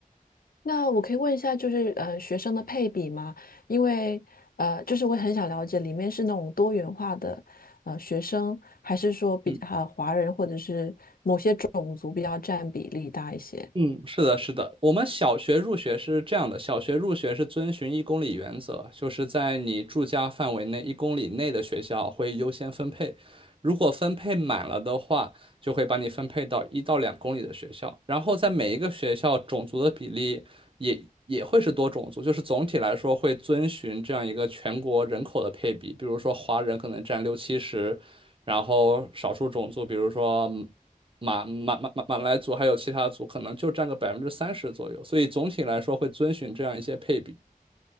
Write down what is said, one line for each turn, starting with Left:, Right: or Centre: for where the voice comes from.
Left: 那我可以问一下，就是呃，学生的配比吗？因为呃，就是我很想了解里面是那种多元化的呃学生，还是说比呃华人或者是某些种族比较占比例大一些？
Right: 嗯。嗯，是的，是的，我们小学入学是这样的，小学入学是遵循一公里原则，就是在你住家范围内一公里内的学校会优先分配，如果分配满了的话，就会把你分配到一到两公里的学校，然后在每一个学校种族的比例也也会是多种族，就是总体来说会遵循这样一个全国人口的配比，比如说华人可能占六七十，然后少数种族，比如说马马马马马来族还有其他族可能就占个百分之三十左右，所以总体来说会遵循这样一些配比。